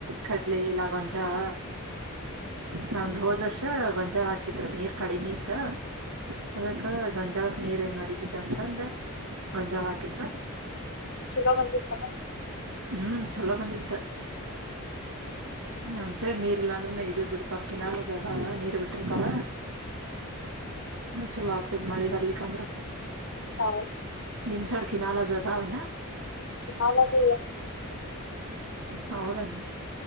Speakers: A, on the right; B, on the left.
A: ಕಡ್ಲಿ ಇಲ್ಲ ಗೊಂಜಾಳ ನಮ್ದು ಹೋದ್ ವರ್ಷ ಗಂಜಾಳ ಹಾಕಿದ್ರ ನೀರ್ ಕಡಿಮೆ ಇತ್ತ ಅದಕ್ಕ ಗಂಜಾಳಕ್ ನೀರ್ ಏನ್ಡತಿ ಅಂತಂದ ಮಂಜಾಳ ಹಾಕಿದ್ರ.
B: ಚಲೋ ಬಂದಿಸತ.
A: ಹ್ಮ್ ಚಲೋ ಬಂದಿತ್ತ ಹಮಸೆ ನೀರ್ ಇಲ್ಲಾಂದ್ರೆ ಇದದು ಬಿಡ್ತಾರ ಕಿನಾಲದ ಅದಾವ ನೀರ್ ಬಿಟ್ಟಿರ್ತಾರ. ಹ ಚಲೋ ಆಗ್ತದ ಮಳೆ ಬರ್ಲಿಿಕಂದ್ರ.
B: ಹ.
A: ನಿಮ್ ಸಡ್ಕ ನಾಲ ಅದು ಅದಾವನ.
B: ನಾವದು.
A: ಹೌದಣ